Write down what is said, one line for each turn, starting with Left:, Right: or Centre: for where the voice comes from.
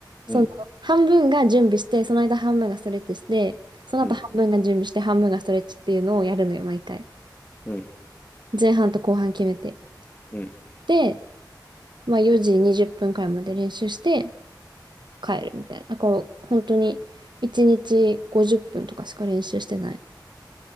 Right: その半分が準備して、
Left: うん。
Right: その間半分がストレッチして、その後半分が準備して、
Left: うん。
Right: 半分がストレッチっていうのをやるのよ、毎回。
Left: うん。
Right: 前半と後半決めて。
Left: うん。
Right: で、まあ4時20分くらいまで練習して帰るみたいな。こう、本当に1日50分とかしか練習してない。